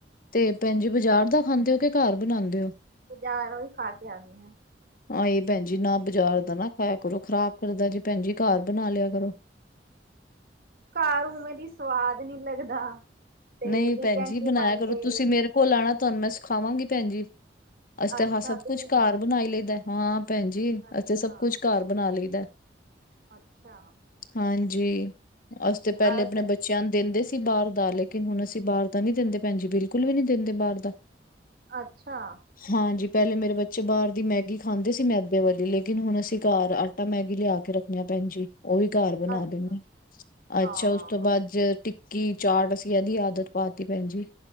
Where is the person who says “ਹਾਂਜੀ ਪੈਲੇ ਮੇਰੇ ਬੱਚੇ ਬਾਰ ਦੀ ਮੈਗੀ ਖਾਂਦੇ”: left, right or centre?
Left